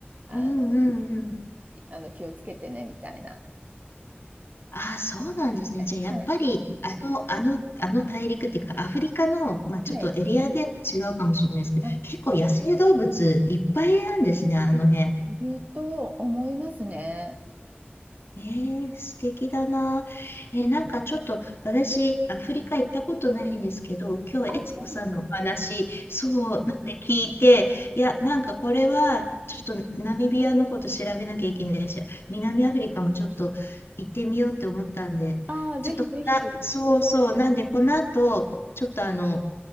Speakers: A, on the right (about 40°); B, on the left (about 75°).
A: あの、
B: うんうんうん。
A: あの気をつけてね、みたいな。
B: ああ、そうなんですね。
A: はい。
B: じゃあ、
A: はい。
B: やっぱり、あの、あの、あの大陸っていうか、アフリカの、まあ、ちょっとエリアで違うかもしれないですけど、
A: はいあ、
B: 結構野生動物いっぱいなんですね、あの辺。
A: いいると思いますね。
B: えー、素敵だな。えーなんかちょっと私、アフリカ行ったことないんですけど、今日、
A: あ、
B: 悦子さんのお話、
A: そうなの。
B: そうなんで聞いて、いや、なんかこれは、ちょっとナミビアのこと調べなきゃいけないし、南アフリカもちょっと行ってみようって思ったんで、
A: ああ、ぜひぜひ。
B: ちょっとな、そうそう、なんでこの後、ちょっとあの、